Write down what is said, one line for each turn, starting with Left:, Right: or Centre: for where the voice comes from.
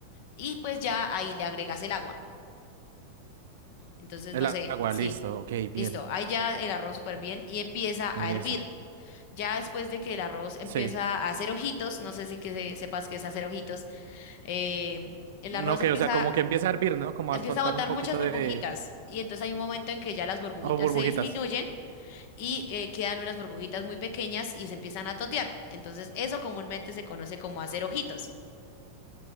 Left: Y pues ya ahí le agregas el agua. Entonces,
Right: el
Left: no sé,
Right: agua,
Left: sí.
Right: listo, ok, bien.
Left: Listo, ahí ya el arroz súper bien y empieza
Right: Listo.
Left: a hervir. Ya después de que el arroz empieza
Right: Sí.
Left: a hacer ojitos, no sé si que se- sepas qué es hacer ojitos, eh, el
Right: No,
Left: arroz
Right: que,
Left: empieza,
Right: o sea, como que empieza a hervir, ¿no? Como
Left: empieza
Right: a soltar
Left: a botar
Right: un poquito
Left: muchas burbujitas
Right: de...
Left: y entonces hay un momento en que ya las burbujitas
Right: Oh, burbujitas.
Left: se disminuyen y eh, quedan unas burbujitas muy pequeñas y se empiezan a totear. Entonces, eso comúnmente se conoce como hacer ojitos.